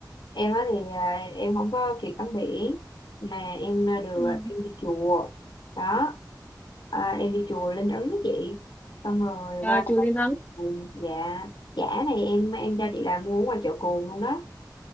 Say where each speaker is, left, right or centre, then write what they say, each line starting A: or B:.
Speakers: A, on the left; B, on the left.
A: em á thì à, em không có kịp tắm biển mà em à, được
B: ừ.
A: em đi chùa đó à, em đi chùa Linh Ứng đó chị xong rồi
B: à,
A: qua
B: chùa
A: chợ
B: Linh Ấn
A: Cồn. dạ chả này em em
B: ừ.
A: cho chị là mua ở ngoài chợ Cồn luôn đó